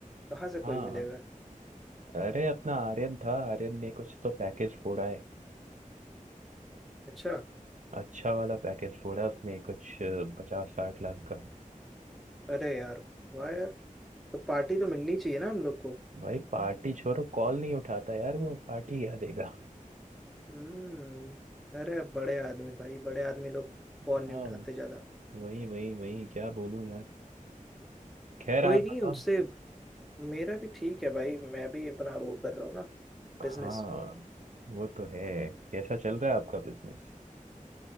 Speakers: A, in the centre; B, on the right (about 60°).
A: कहाँ से कोई
B: हाँ
A: मिलेगा
B: अरे अपना आर्यन था आर्यन ने कुछ तो पैकेज फोड़ा है
A: अच्छा
B: अच्छा वाला पैकेज फोड़ा उसने कुछ पचास साठ लाख का
A: अरे यार वाह यार तो पार्टी तो मिलनी चाहिए ना हम लोग को
B: भाई पार्टी छोड़ो कॉल नहीं उठाता यार वो पार्टी क्या देगा
A: हम्म अरे अब बड़े आदमी भाई बड़े आदमी लोग फोन
B: हाँ
A: नहीं उठाते ज्यादा
B: वही वही वही क्या बोलूं यार खैर
A: कोई
B: आप
A: नहीं
B: बताओ
A: उनसे मेरा भी ठीक है भाई मैं भी अपना वो कर रहा हूँ ना
B: हाँ
A: बिजनेस
B: वो तो है कैसा चल रहा है आपका बिजनेस